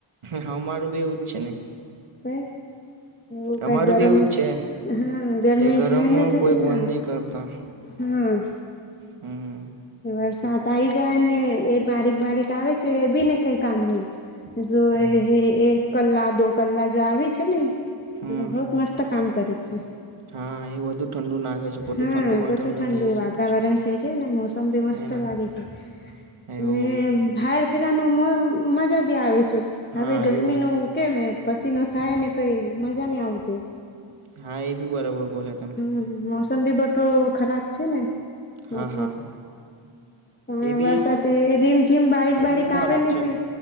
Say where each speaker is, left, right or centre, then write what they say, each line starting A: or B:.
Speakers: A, on the right (about 85°); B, on the left (about 20°).
A: હા, મારું બી એવું જ છે ને
B: હ. એવું
A: અમારું
B: કઈ ગરમી.
A: બી એવું જ છે
B: હા, ગરમી
A: એ ગરમમાં
B: સહેન નહી થતી
A: કોઈ બંધ
B: ને.
A: નહીં કરતા
B: હમ.
A: હમ
B: વરસાદ આવીઈ જાય ને, એ બારીક બારીક આવે છે એ ભી ને કઈ કામ નહી. જો
A: એવું
B: એક કલા દો કલા જો આવી છે ને,
A: હમ
B: એ બહત મસ્તક કામ કરી. છે
A: હા, એ વધુ ઠંડુ નાખે છે. બધું
B: હા
A: ઠંડુ વાતાવરણ
B: બધું ઠંડુ
A: થઈ જશે
B: વાતાવરણ
A: પછી.
B: થઈ જાય ને મોસમ મસ્ત
A: એના
B: લાગે છે.
A: એવું
B: અને બાહર ફેરવાનું મજા ભી આવે છે.
A: હા
B: હવે, ગરમીનું
A: એવું
B: કેમ પસીનો થાય ને. - મજા નઈ આવતી.
A: હા એ બી બરાબર બોલ્યા તમે
B: હ મોસમ બી બધો ખરાબ છે ને
A: હા
B: એટલે
A: હા.
B: પણ
A: એ બી
B: વરસાદે રીમજીમ બારીક
A: એ
B: બારીક
A: બી
B: આવે
A: ખરાબ
B: ને
A: છે
B: પહી